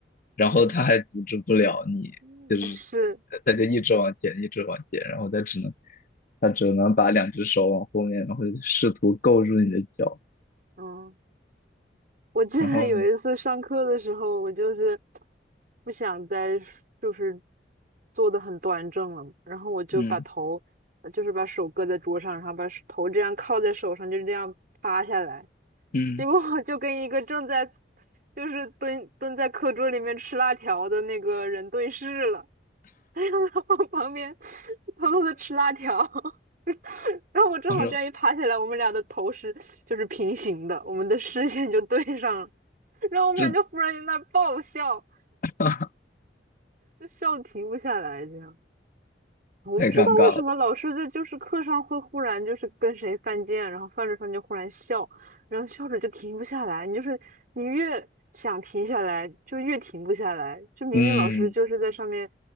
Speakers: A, on the left; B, on the right.
A: 然后他还阻止不了你，
B: 嗯。<laughs>
A: 就是他他就一直往前，
B: 嗯是，
A: 一直往前，然后他只能他只能把两只手往后面，然后试图够住你的脚，
B: 嗯，我记得有一次上课的时候，
A: 然后
B: 我就是不想再就是坐得很端正了，然后我就把头，
A: 嗯
B: 呃就是把手搁在桌上，然后把手头这样靠在手上，就这样趴下来，
A: 嗯，
B: 结果我就跟一个正在就是蹲蹲在课桌里面吃辣条的那个人对视了。<laughs> 往旁边偷偷的吃辣条，<laughs> 然后我正好这样一爬起来，
A: 他说
B: 我们俩的头是就是平行的，我们的视线就对上了，然后我们俩就忽然间那儿爆笑，
A: 这 <laughs>
B: 就笑得停不下来，这样。我不知道为什么老师在就是课上会忽然就是跟谁犯贱，
A: 太尴尬了，
B: 然后犯着犯着忽然笑，然后笑着就停不下来。你就是你越想停下来，就越停不下来。就明明老师就是在上面，
A: 嗯。